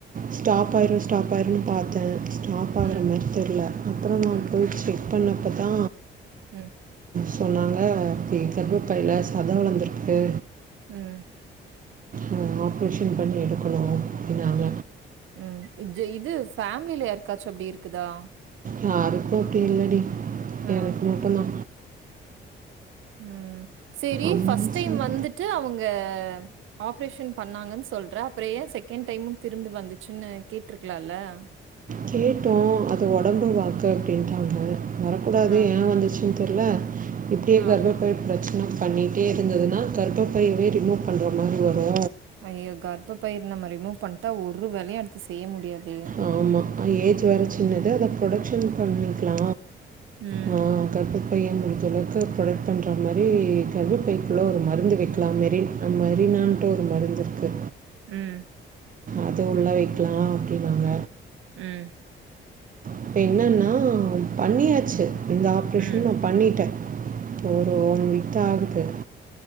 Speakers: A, on the right; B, on the right.
A: ஸ்டாப் ஆயிரு ஸ்டாப் ஆயிருனு பாத்தே. ஸ்டாப் ஆகுற
B: ம்
A: மார் தெர்ல அப்புறோ நா
B: ம்
A: போய்ட்டு செக் பண்ணப்பத்தா
B: ம்.
A: சொன்னாங்க த்தி கர்பப்பைல சத வளந்துருக்கு.
B: ம்.
A: அ ஆப்ரேஷன் பண்ணி எடுக்கணு அப்டினாங்க.
B: ம் இது இது ஃபேம்லில யார்க்காச்சு அப்டி இருக்குதா?
A: யாருக்கு அப்டி இல்லடி
B: ஆ
A: எனக் மட்டுந்தா.
B: ம் சேரி
A: அம்மா
B: ஃபஸ்ட் டைம்
A: சொல்
B: வந்துட்டு அவுங்க ஆப்ரேஷன் பண்ணாங்கன் சொல்ற அப்புற ஏ செகண்ட் டைமு திரும்பி வந்துச்சுன்னு கேட்ருக்லால்ல. அ
A: கேட்டோ அது ஒடம்பு வாக்கு அப்டின்ட்டாங்க வரக்கூடாது
B: ஆ,
A: ஏய வந்துச் தெர்ல இப்டியே
B: ஆ.
A: கர்பப்பை ப்ரச்ன பண்ணிட்டே இருந்துதுன்னா கர்ப்பப்பையவே ரிமூவ் பண்ற மாறி வரூ
B: ஐயயோ கர்ப்ப்பை நம்ம ரிமூவ் பண்ட்டா ஒரு வேலயு அடுத்து செய்ய முடியாதே
A: ஆமா ஏஜ் வேற சின்னது அத ப்ரொடக்க்ஷன் பண்ணிக்லா
B: ம்,
A: ஆ கர்ப்பப் இப்பயே முடிஞ்ச அளவுக்கு ப்ரொடக்ட் பண்ற மாறி கர்பப்பபைக்குள்ள ஒரு மருந்து வெக்லாம் மேரி அம்மரினான்ட்டு ஒரு மருந்துருக்கு
B: ம்
A: அது உள்ள வைக்லா அப்டின்னாங்க
B: ம்
A: இப்ப என்னன்னா பண்ணியாச்சி இந்த ஆப்ரேஷன்
B: ம்,
A: நா பண்ணிட்ட ம் இப்போ ஒன் வீக்தா ஆகுது